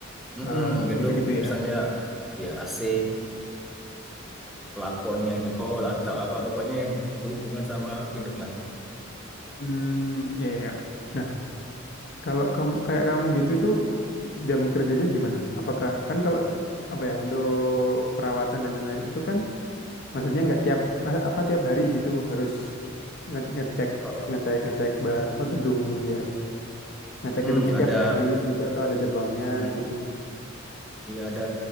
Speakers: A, in the centre; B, on the left.
A: Mm-mm,
B: eh,
A: gedung
B: gitu-gitu ya?
A: misalnya ya AC, plafon yang jebol atau apa pokoknya yang berhubungan sama gedung lah.
B: Hmm, ya ya. Nah, kalau kamu kayak kamu gitu itu jam kerjanya gimana? Apakah kan kalau apa ya untuk perawatan dan lain-lain itu kan Maksudnya nggak tiap mas- apa tiap hari gitu harus nge- ngecek
A: <clears throat>
B: ngecek ngecek ba- apa gedung biar ngecek
A: Hmm,
B: gedungnya
A: ada
B: tiap hari gitu atau ada jadwalnya
A: mm,
B: gitu.
A: iya ada